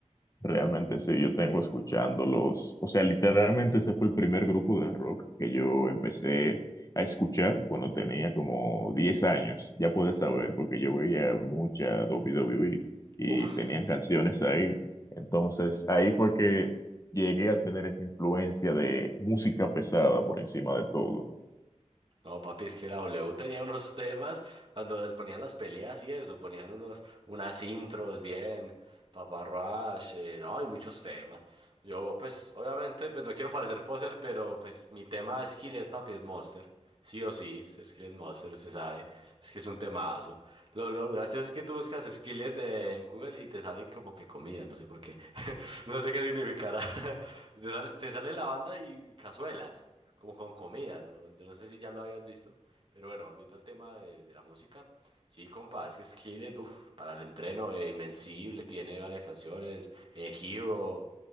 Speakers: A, on the left; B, on the right.
A: Realmente sí, yo tengo escuchándolos, o sea, literalmente ese fue el primer grupo de rock que yo empecé a escuchar cuando tenía como 10 años, ya puedes saber, porque yo veía mucha W WWE y
B: Uf.
A: tenían canciones ahí, entonces ahí fue que llegué a tener esa influencia de música pesada por encima de todo.
B: No, papi, es que la W tenía unos temas cuando les ponían las peleas y eso, ponían unos, unas intros bien, Papá Roach, eh, no, hay muchos temas. Yo, pues, obviamente, pues no quiero parecer poser, pero pues mi tema es Skillet, papi, es Monster. Sí o sí, es Skillet Monster, usted sabe, es que es un temazo. Lo, lo gracioso es que tú buscas Skillet eh, en Google y te sale como que comida, no sé por qué, <laughs> no sé qué significará. <laughs> Te sale, te sale la banda y y cazuelas como con comida, ¿no? Yo no sé si ya lo habías visto, pero bueno, volviendo al tema de, de la música, sí, compa, es que Skillet, uff, para el entreno, eh, Invencible, tiene varias canciones, eh, Hero,